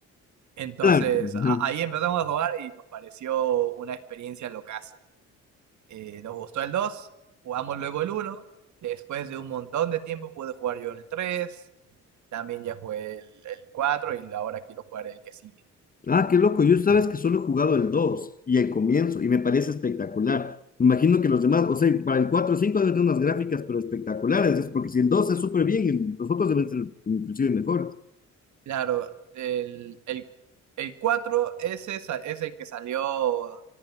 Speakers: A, on the right; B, on the left.
A: Entonces
B: Claro. ajá.
A: a- ahí empezamos a jugar y nos pareció una experiencia locaza. Eh, nos gustó el 2, jugamos luego el 1. Después de un montón de tiempo pude jugar yo el 3. También ya jugué el, el 4 y ahora quiero jugar el que sigue.
B: Ah, qué loco. Yo sabes que solo he jugado el 2 y el comienzo y me parece espectacular. Me Imagino que los demás, o sea, para el 4 o 5 deben tener unas gráficas, pero espectaculares. Es porque si el 2 es súper bien, el- los otros deben ser inclusive mejores.
A: Claro, el, el, el 4 ese sa- es el que salió donde